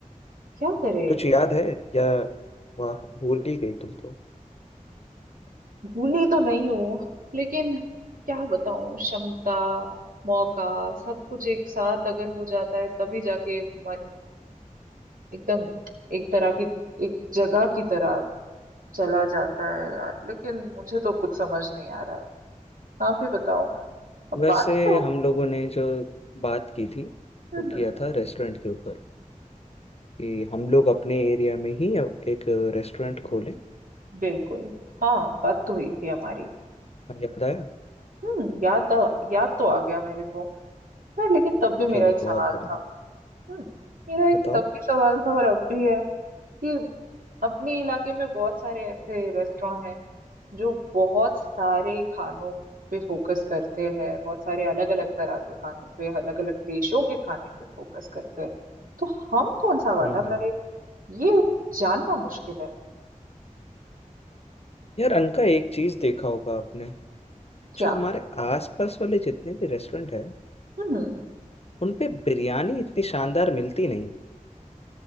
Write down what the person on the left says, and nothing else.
कुछ याद है या वाह भूल ही गई तुम तो
वैसे
हम लोगों ने जो बात की थी
वो
किया था रेस्टोरेंट के ऊपर कि हम लोग अपने एरिया में ही एक रेस्टोरेंट खोलें
हाँ, याद आया
चलो
बहुत
बढ़िया
बताओ
हम्म हम्म।
यार अनका एक चीज़ देखा होगा आपने
जो हमारे आसपास वाले जितने भी रेस्टोरेंट हैं
उन पे बिरयानी इतनी शानदार मिलती नहीं है